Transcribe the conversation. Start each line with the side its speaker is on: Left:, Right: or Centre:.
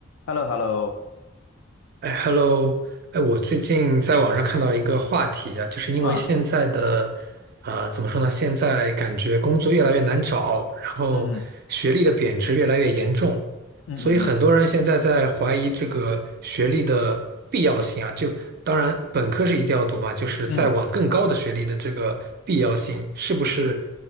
Left: h e l l o h e l l o
Right: 哎，Hello，哎，我最近在网上看到一个话题啊，就是因为现在的，
Left: 啊，
Right: 呃，怎么说呢？现在感觉工作越来越难找，然后学历的贬值越来越严重，
Left: 嗯嗯嗯嗯
Right: 所以很多人现在在怀疑这个学历的必要性啊。就当然，本科是一定要读嘛，就是再往更高的学历的这个必要性，
Left: 嗯嗯
Right: 是不是
Left: 嗯嗯